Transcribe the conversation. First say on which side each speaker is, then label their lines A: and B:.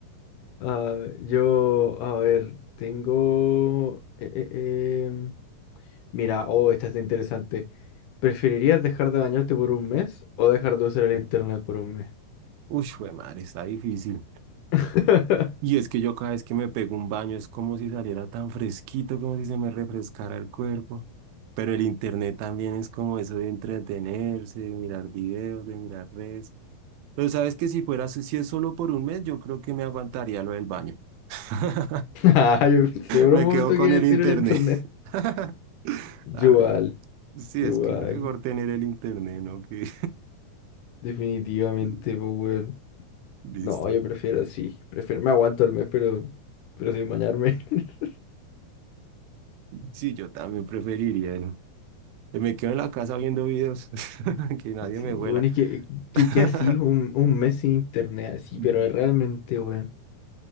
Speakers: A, on the left (about 75°); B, on the right (about 85°).
A: Ah, yo, a ver, tengo... eh, eh, em, Mira, oh, esta es interesante. ¿Preferirías dejar de bañarte por un mes o dejar de usar el internet por un mes?
B: uy, jue madre, está difícil.
A: <laughs>
B: Y es que yo cada vez que me pego un baño es como si saliera tan fresquito, como si se me refrescara el cuerpo. Pero el internet también es como eso de entretenerse, de mirar videos, de mirar redes. Pero sabes que si fuera, so- si es solo por un mes, yo creo que me aguantaría lo del baño. <laughs>
A: Ah, yo pensé por
B: Me
A: un momento
B: quedo con
A: que iba
B: el
A: a decir
B: internet.
A: el internet.
B: <laughs>
A: Yo
B: Claro,
A: Igual,
B: yo. Sí,
A: yo
B: es
A: igual.
B: que es mejor tener el internet, ¿no? Que...
A: Definitivamente,
B: <laughs>
A: pues, weón.
B: Listo.
A: No, yo prefiero, sí. Prefiero, me aguanto el mes, pero, pero sin bañarme. <laughs>
B: Sí, yo también preferiría. ¿no? Que Me quedo en la casa viendo videos, <laughs> que nadie
A: Sí,
B: me vuela.
A: bueno, es que,
B: <laughs>
A: que, que así un, un mes sin internet, así,
B: Mm,
A: pero es realmente, weón.